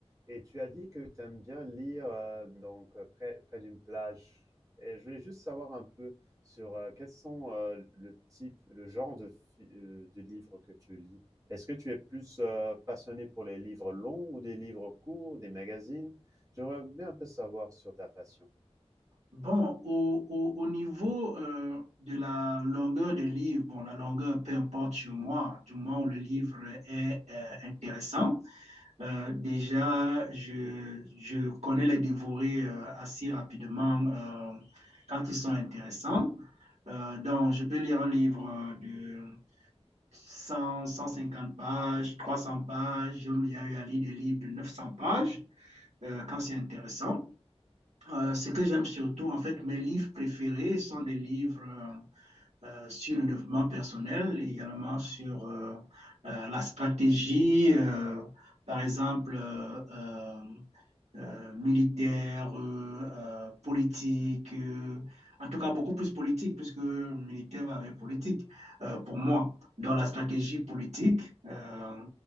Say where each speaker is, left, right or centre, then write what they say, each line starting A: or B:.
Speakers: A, on the right; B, on the right.
A: et tu as dit que tu aimes bien lire euh, donc euh, près, près d'une plage. Et je voulais juste savoir un peu sur euh, quels sont euh, le type, le genre de fi- euh, de livres que tu lis. Est-ce que tu es plus euh, passionné pour les livres longs ou des livres courts, des magazines? J'aimerais bien un peu savoir sur ta passion.
B: Bon, au, au, au niveau euh, de la longueur des livres, bon, la longueur, peu importe chez moi, du moment où le livre est euh, intéressant. Euh, déjà, je, je connais les dévorés euh, assez rapidement euh, quand ils sont intéressants. Euh, donc, je peux lire un livre euh, de 100, 150 pages, 300 pages. Il y a eu à lire des livres de 900 pages euh, quand c'est intéressant. Euh, ce que j'aime surtout, en fait, mes livres préférés sont des livres euh, euh, sur le développement personnel et également sur euh, euh, la stratégie, euh, par exemple, euh, euh, euh, militaire, euh, euh, politique, euh, en tout cas beaucoup plus politique, puisque militaire avec politique, euh, pour moi, dans la stratégie politique, euh,